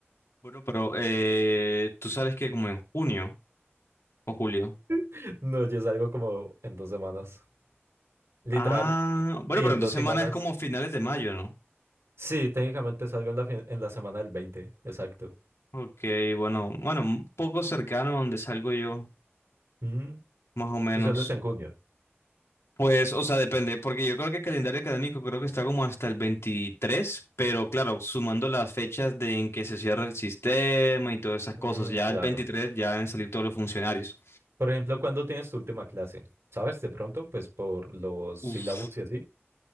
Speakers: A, on the left (about 80°); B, on the right (about 80°).
A: Bueno, pero eh, tú sabes que como en junio o julio.
B: <laughs> No, ya salgo como en dos semanas. Literal,
A: Ah, bueno,
B: sí,
A: pero
B: en
A: entonces
B: dos
A: semana
B: semanas.
A: es como finales de mayo, ¿no?
B: Sí, técnicamente salgo en la, fin- en la semana del 20, exacto.
A: Ok, bueno, bueno, un poco cercano a donde salgo yo,
B: Mm,
A: más o menos.
B: Tú sales en junio.
A: Pues, o sea, depende, porque yo creo que el calendario académico creo que está como hasta el 23, pero claro, sumando las fechas de en que se cierra el sistema y todas esas
B: Mm,
A: cosas, ya
B: claro.
A: el 23 ya deben salir todos los funcionarios.
B: Por ejemplo, ¿cuándo tienes tu última clase? ¿Sabes? De pronto, pues por los sílabos
A: Uf.
B: y así.